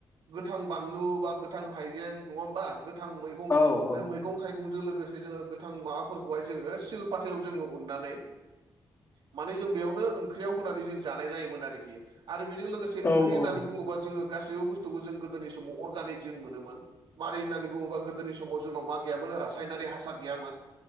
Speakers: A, on the right; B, on the left.
A: गोथां बानलु बा गोथां हाइजें नङा होमबा। गोथां मैगं
B: औ
A: माने मै गं थाइगंजों लोगोसे जोङो गोथां माबाफोरखौहाय जोङो सिलपाथायाव जोङो उननानै माने जों बेयावनो ओंख्रियाव होनानै जों जानाय जायोमोन आरोखि आरो बेजों लोगो
B: औ औ।
A: बुङोबा जोङो गासैबो बुस्थुखौ जों गोदोनि समाव अर्गानिक जों मोनोमोन। मारै होननानै बुङोबा गोदोनि समाव जोंनाव मा गैयामोन रासायनारि हासार गैयामोन!